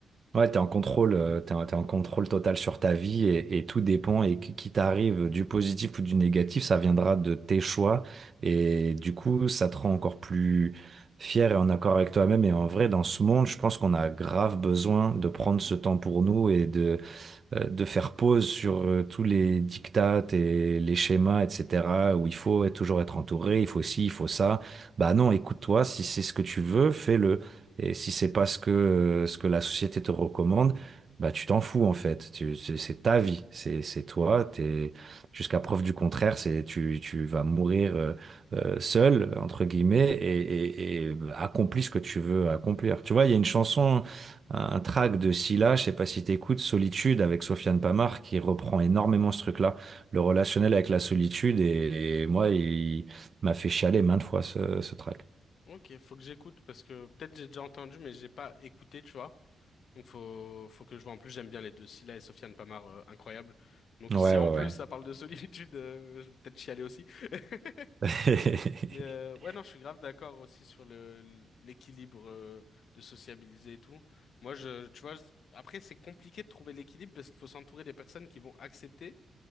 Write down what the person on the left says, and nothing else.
Ok, faut que j'écoute parce que peut-être j'ai déjà entendu mais j'ai pas écouté, tu vois. Donc faut faut que je vois. En plus j'aime bien les deux, Scylla et Sofiane Pamar, euh, incroyable. Donc
si
en plus
ça parle de solitude, euh, je vais peut-être chialer aussi. <laughs>
Mais euh, ouais, non, je suis grave d'accord aussi sur le l'équilibre euh, de sociabiliser et tout. Moi, je, tu vois, je- après, c'est compliqué de trouver l'équilibre parce qu'il faut s'entourer des personnes qui vont accepter